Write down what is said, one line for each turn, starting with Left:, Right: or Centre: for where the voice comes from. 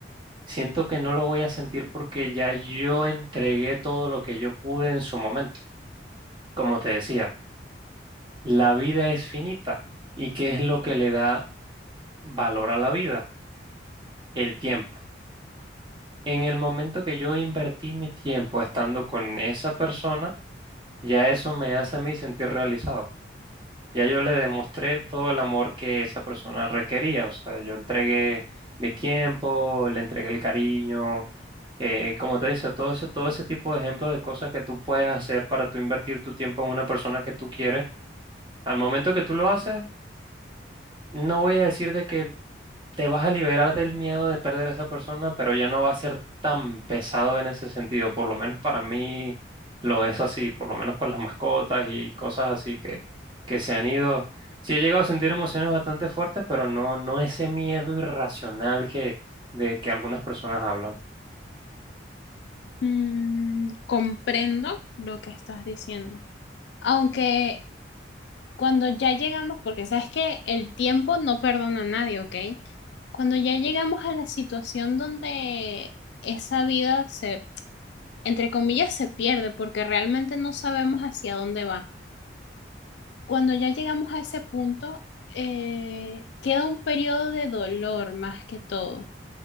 Right: siento que no lo voy a sentir porque ya yo entregué todo lo que yo pude en su momento. Como te decía, la vida es finita. ¿Y qué es lo que le da valor a la vida? El tiempo. En el momento que yo invertí mi tiempo estando con esa persona, ya eso me hace a mí sentir realizado. Ya yo le demostré todo el amor que esa persona requería. O sea, yo entregué mi tiempo, le entregué el cariño. eh, como te dice, todo ese, todo ese tipo de ejemplos de cosas que tú puedes hacer para tú invertir tu tiempo en una persona que tú quieres. Al momento que tú lo haces, no voy a decir de que te vas a liberar del miedo de perder a esa persona, pero ya no va a ser tan pesado en ese sentido. Por lo menos para mí lo es así, por lo menos con las mascotas y cosas así que, que se han ido. Sí he llegado a sentir emociones bastante fuertes, pero no, no ese miedo irracional que, de que algunas personas hablan.
Left: Mm, comprendo lo que estás diciendo. Aunque cuando ya llegamos, porque sabes que el tiempo no perdona a nadie, ¿ok? Cuando ya llegamos a la situación donde esa vida se, entre comillas, se pierde porque realmente no sabemos hacia dónde va. Cuando ya llegamos a ese punto, eh, queda un periodo de dolor más que todo.